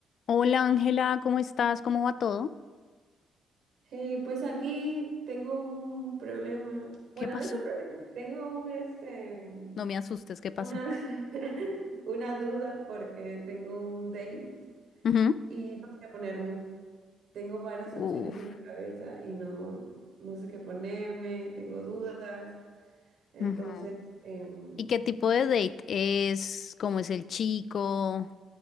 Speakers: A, on the left; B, on the right.
A: Hola Ángela, ¿cómo estás? ¿Cómo va todo?
B: Hey, pues aquí tengo un problema.
A: ¿Qué
B: Bueno,
A: pasó?
B: no es un problema, tengo un este mm,
A: No me asustes, ¿qué pasó?
B: una <laughs> una duda porque tengo un date
A: Ujú.
B: y no sé qué ponerme. Tengo varias
A: Uf.
B: opciones en la cabeza y no no sé qué ponerme, tengo dudas. Entonces,
A: ujú.
B: em,
A: ¿Y qué tipo de date es? ¿Cómo es el chico